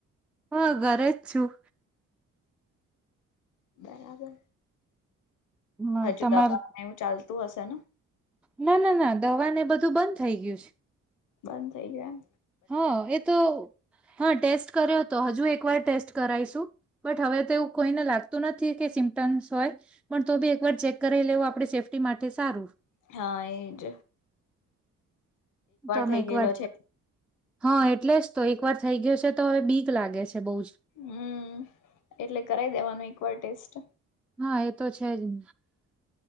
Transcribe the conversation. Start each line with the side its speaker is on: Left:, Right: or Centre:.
Centre: હું ઘરે જ છું
Left: બરાબર
Centre: હ
Left: હજુ
Centre: તમાર
Left: દવા એવું ચાલતું હશે ને
Centre: ના ના ના દવા ને બધું બંધ થઈ ગયું છે.
Left: બંધ થઈ ગયા
Centre: હા એ તો હા ટેસ્ટ કર્યો હતો હજુ એક વાર ટેસ્ટ કરાઈશું બટ હવે તો એવું કોઈને લાગતું નથી કે ઇન્ટંસ હોય પણ તો બી એક વાર ચેક કરી લેવું આપડે સેફ્ટી માટે સારું
Left: હા એજ
Centre: તો અમે
Left: થઈ
Centre: એક
Left: ગયેલો
Centre: વાર
Left: છે
Centre: હા એટલે જ તો એક વાર થઈ ગયુ છે તો હવે બીક લાગે છે. બહુ જ
Left: હમ એટલે કરાઈ દેવાનું એકવાર ટેસ્ટ
Centre: હા એ તો છે જ ન